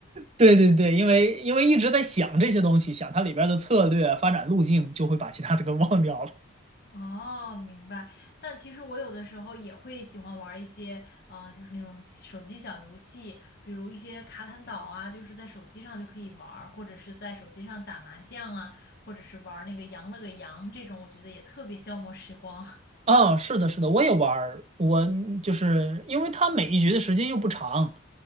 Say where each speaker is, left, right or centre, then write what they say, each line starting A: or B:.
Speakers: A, on the right; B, on the left.
A: 对对对，因为因为一直在想这些东西，想它里边的策略啊、发展路径，就会把其他的给忘掉了。
B: 哦，明白。但其实我有的时候也会喜欢玩儿一些，呃，就是那种手机小游戏，比如一些卡坦岛啊，就是在手机上就可以玩儿或者是在手机上打麻将啊，或者是玩儿那个羊了个羊这种，我觉得也特别消磨时光。<laughs>
A: 啊，是的，是的，我也玩儿，我就是因为它每一局的时间又不长，